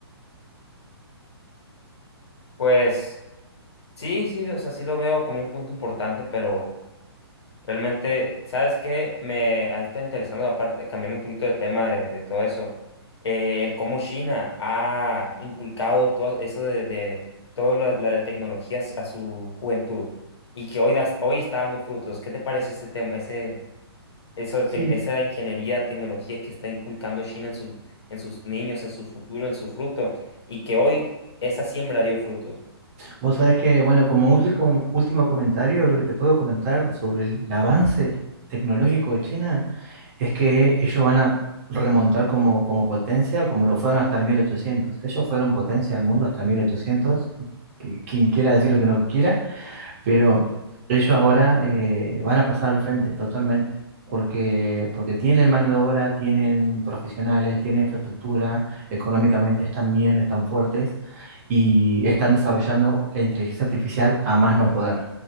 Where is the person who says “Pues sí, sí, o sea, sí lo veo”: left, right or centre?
Left